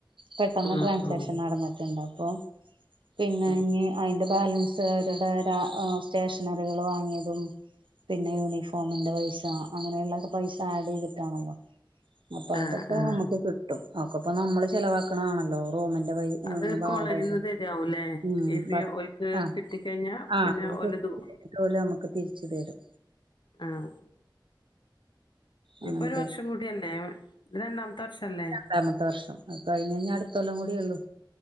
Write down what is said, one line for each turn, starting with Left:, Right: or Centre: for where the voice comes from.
Right: പെട്ടെന്ന്
Left: ആഹ്
Right: ട്രാൻസാക്ഷൻ
Left: ആഹ്
Right: നടന്ന്ട്ട്ണ്ട്. അപ്പൊ പിന്നെ
Left: ഉം
Right: ഇഞ്ഞ് അയിന്റെ ബാലൻസ് അവരുടെ രാ ഏ സ്റ്റേഷനറികൾ വാങ്ങിയതും പിന്നെ യൂണിഫോമിന്റെ പൈസ, അങ്ങനെയുള്ളൊക്കെ പൈസ ആഡ് ചെയ്തിട്ടാണല്ലോ അപ്പൊ അതൊക്കെ
Left: ആഹ് ആഹ്
Right: നമ്മക്ക് കിട്ടും. അകപൊ നമ്മള് ചെലവാക്കണാണല്ലോ റൂമിന്റെ പൈ
Left: അത്
Right: വാടക
Left: കോളേജിൽന്ന് തരിയാവൂല്ലേ.
Right: ഉം
Left: ഈ ഫീ ഒൽക്ക്
Right: ആഹ്
Left: കിട്ടിക്കഴിഞ്ഞാ
Right: ആഹ്
Left: പിന്നെ ഒലതു
Right: ഓല് നമുക്ക് തിരിച്ചു തരും.
Left: ആഹ്
Right: അങ്ങനെ
Left: ഇപ്പൊ ഒരു
Right: തരും
Left: വർഷം കൂടിയല്ലേ ഇത്‌ രണ്ടാമത്തെ വർഷ അല്ലേ
Right: ണ്ടാമത്തെ വർഷം, അത് കഴിഞ്ഞാന്ന് അടുത്തൊല്ലം കൂടിയെ ഉള്ളൂ.